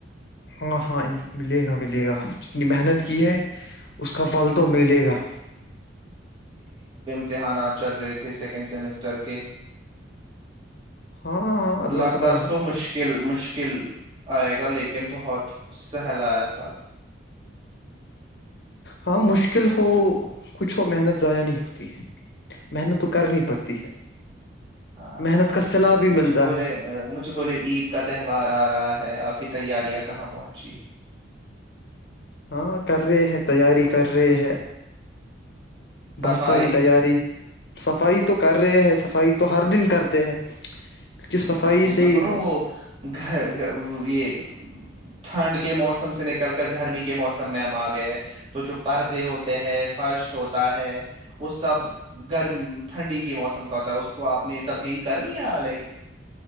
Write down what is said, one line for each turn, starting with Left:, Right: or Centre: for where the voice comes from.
Left: ہاں ہاں ملے گا ملے گا جتنی محنت کی ہے اس کا پھل
Right: ہ
Left: تو ملے گا
Right: اتحانات چل رہے تھے سیکنڈ سمسٹر اتر کے
Left: ہاں ہاں اللہ
Right: لگتا
Left: تعالی
Right: تھاو
Left: رحم
Right: تو مشکل
Left: کرے
Right: مش کل آئے گا لیکن بہت سہلایا تھا
Left: ہاں مشکل ہو کچھ ہو محنت ضائع نہیں ہوتی ہے محنت تو کرنی پڑتی ہے
Right: ہاں
Left: محنت
Right: ہاں
Left: کا صلا بھی
Right: مجھے
Left: ملتا
Right: بولے
Left: ہے
Right: مجھے بولے عید کا تہوار آ رہا ہے ہے آپ کی تیاریاں کہاں پہنچی
Left: ہاں کر رہے ہیں تیاری کر رہے ہیں
Right: صفائی
Left: بہت ساری تیاری صفائی تو کر رہے ہیں صفائی تو ہر دن کرتے ہیں کیونکہ صفائی
Right: ا
Left: سے
Right: میں
Left: ہی
Right: بول رہا ہوں وہ گھر یہ ٹھنڈ کے موسم سے نکل کر گرمی کے موسم میں ہم آ گئے تو جو پردے ہوتے ہیں فرش ہوتا ہے وہ سب گرم ٹھنڈی کے موسم کا ہوتا ہے اس کو آپ نے تبدیل کر لیا لائک